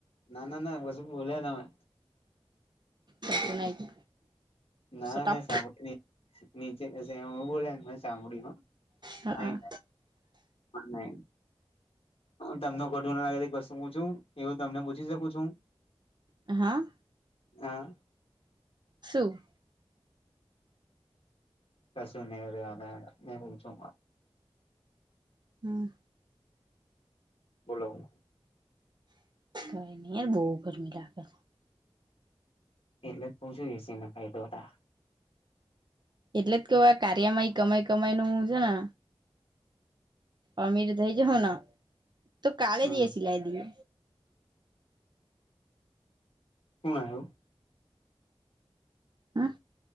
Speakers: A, on the left (about 65°); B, on the right (about 45°).
A: ના ના ના પછી બોલ્યા, તમે.
B: કશું નહી
A: ના
B: સટાપ
A: ના મેં સાંભળી નહી. નીચે, બો સામડીમાં
B: હા
A: નહી ન બ તમને ઘડો લે કું છુ, એવું તમને પૂછી શકું છું.
B: હા.
A: હા.
B: શું
A: કશું નવને હુ, છુ.
B: હમ્મ
A: બોલો
B: કોઈ નહી, યાર બહુ ગરમી લાગે
A: એટલે ત છું, એસી ના કાય દો હતા.
B: એટલે જ કેવ આ કાર્યમાં કમાઈ કમાય નું છે, ને અમીર તો એજ હો, ના તો કાલે
A: હમ
B: દએ સિલાઈ દઈએ
A: હણ, આવ્યો
B: હા